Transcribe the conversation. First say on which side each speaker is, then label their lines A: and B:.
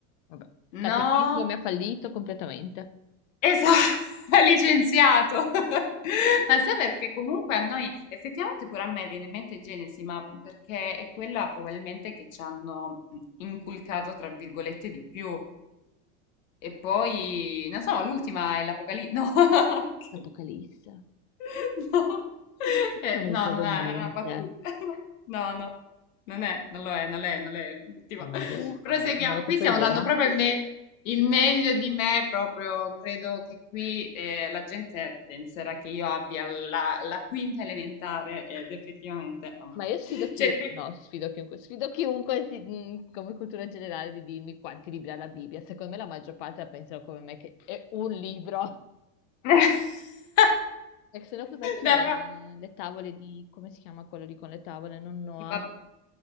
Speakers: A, on the left; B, on the left.
A: Vabbè. Catechismo
B: No,
A: mi ha fallito completamente.
B: esatto, <laughs> licenziato. <laughs> Ma sai perché comunque a noi, effettivamente pure a me viene in mente Genesi, ma perché è quella probabilmente che ci hanno inculcato, tra virgolette, di più. E poi, non so, l'ultima è l'Apocalisse. No, <laughs> ok.
A: Apocalisse.
B: <laughs> No, Eh,
A: Non mi
B: no,
A: ricordo
B: no, no,
A: niente.
B: era una battuta. <laughs> No, no, non è, non lo è, non lo è, non lo è l'ultimo.
A: Non
B: <laughs> Eh,
A: ho idea.
B: Proseguiamo,
A: Non ho proprio
B: qui stiamo
A: idea.
B: dando proprio il, me- il meglio di me, proprio credo che qui eh, la gente penserà che io abbia la, la quinta elementare ed effettivamente... oh.
A: Ma io sfido chiunque,
B: Cioè, pe-
A: no, sfido chiunque, sfido chiunque si- mh, come cultura generale di dirmi quanti libri ha la Bibbia. Secondo me la maggior parte la pensano come me che è un libro.
B: <laughs>
A: E se no cosa c'è?
B: Dai,
A: Le,
B: va-
A: le tavole di... come si chiama quello lì con le tavole? Non Noah.
B: di, bab-